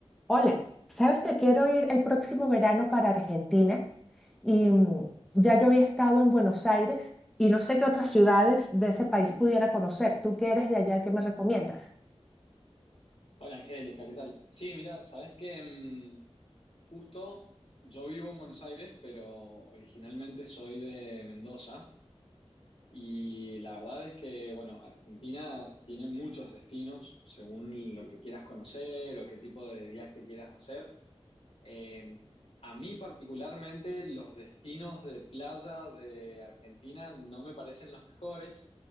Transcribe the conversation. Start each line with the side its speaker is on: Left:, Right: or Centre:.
Centre: Hola, ¿sabes que quiero ir el próximo verano para Argentina? Y mm, ya yo había estado en Buenos Aires y no sé qué otras ciudades de ese país pudiera conocer. ¿Tú que eres de allá, qué me recomiendas?
Left: Ujú. Hola Angélica, ¿qué tal? Sí, mira, sabes que mm, justo yo vivo en Buenos Aires, pero originalmente soy de Mendoza y la verdad es que, bueno, Argentina tiene muchos destinos según lo que quieras conocer o qué tipo de viaje quieras hacer. Eh, a mí particularmente los destinos de playa de Argentina no me parecen los mejores,